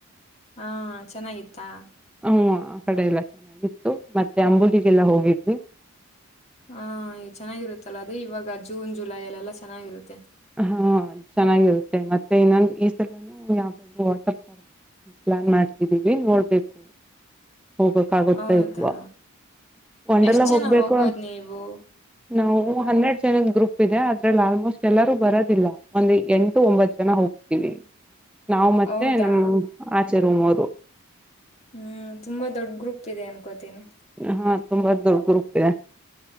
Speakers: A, on the left (about 30°); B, in the centre.
A: ಹಾ ಚೆನ್ನಾಗಿತ್ತಾ?
B: ಹ್ಮು ಆ ಕಡೆ ಎಲ್ಲ ಚೆನ್ನಾಗಿತ್ತು ಮತ್ತೆ ಅಂಬುಲಿಗೆಲ್ಲ ಹೋಗಿದ್ವಿ.
A: ಹಾ ಇ ಚೆನ್ನಾಗಿರುತ್ತಲ್ಲ ಅದು ಇವಾಗ ಜೂನ್ ಜುಲೈ ಅಲ್ಲೆಲ್ಲಾ ಚೆನ್ನಾಗಿರುತ್ತೆ.
B: ಹಾ ಚೆನ್ನಾಗಿರುತ್ತೆ ಮತ್ತೆ ಇನ್ನೊಂದ್ ಈ ಸಲನೂ ಯಾವ್ದಾದ್ರೂ ವಾಟರ್ ಪಾರ್ಕ್ ಪ್ಲಾನ್ ಮಾಡ್ತಿದ್ದೀವಿ ನೋಡ್ಬೇಕು ಹೋಗಕಾಗುತ್ತೋ
A: ಹೌದಾ
B: ಇಲ್ವಾ, ವಂಡರ್ಲಾ
A: ಎಷ್ಟ್ ಜನ
B: ಹೋಗ್ಬೇಕು
A: ಹೋಗೋದ್
B: ಅಂತ್,
A: ನೀವು
B: ನಾವು ಹನ್ನೆರ್ಡ್ ಜ ಜನದ್ ಗೂಪ್ ಇದೆ ಅದ್ರಲ್ ಆಲ್ಮೋಸ್ಟ್ ಎಲ್ಲರೂ ಬರೋದಿಲ್ಲ, ಒಂದು ಎಂಟು ಒಂಬತ್ ಜನ ಹೋಗ್ತೀವಿ ನಾವ್ ಮತ್ತೆ
A: ಹೌದಾ
B: ನಮ್ ಆಚೆ ರೂಮೋರು.
A: ಹ್ಮ್ ತುಂಬಾ ದೊಡ್ ಗ್ರೂಪ್ ಇದೆ ಅನ್ಕೋತೀನಿ.
B: ಅಹ ತುಂಬಾ ದೊಡ್ ಗ್ರೂಪಿದೆ.